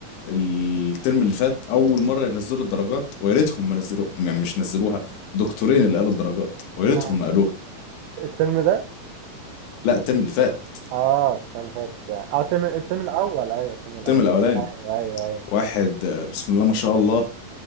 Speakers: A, on the left; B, on the right.
A: الترم اللي فات اول مره ينزلوا الدرجات ويا ريتهم ما نزلوها يعني مش نزلوها دكتورين اللي قالوا الدرجات
B: <laughs>
A: ويا
B: آه.
A: ريتهم ما قالوها
B: الترم ده
A: لا الترم اللي فات
B: اه السنه اللي فاتت يعني اه الترم الترم الاول ايوه الترم الاول
A: الترم الاولاني
B: ايوه ايوه ايوه
A: واحد آه، بسم الله ما شاء الله